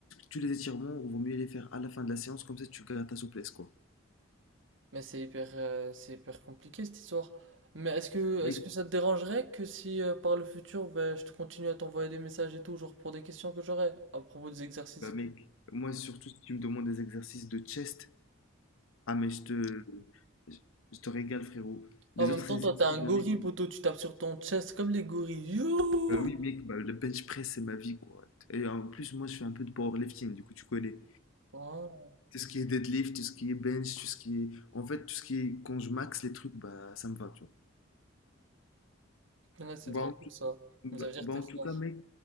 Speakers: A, on the left; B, on the right.
A: tous les étirements, vaut mieux les faire à la fin de la séance, comme ça tu gardes ta souplesse, quoi.
B: Mais c'est hyper, euh, c'est hyper compliqué, cette histoire. Mais est-ce que,
A: Mec,
B: est-ce que ça te dérangerait que si, euh, par le futur, ben, je te continue à t'envoyer des messages et tout, genre pour des questions que j'aurais, à propos des exercices
A: bah
B: et
A: mec,
B: tout?
A: moi surtout si tu me demandes des exercices de chest, ah mais je te, je je te régale, frérot.
B: En
A: Les
B: même
A: autres
B: temps,
A: exercices,
B: toi, t'es un
A: je
B: gorille,
A: les...
B: poteau, tu tapes sur ton chest comme les gorilles. Yo!
A: Bah oui, mec, bah, le bench press, c'est ma vie, quoi. Et en plus, moi, je fais un peu de powerlifting, du coup, tu connais.
B: Oh,
A: Tout ce qui est deadlift, tout ce qui est bench, tout ce qui est... En fait, tout ce qui est... Quand je max les trucs, bah, ça me va, tu
B: là, c'est
A: vois.
B: trop cool ça.
A: Bah,
B: Mais ça veut dire
A: bah,
B: que t'es
A: en
B: fort.
A: tout cas, mec,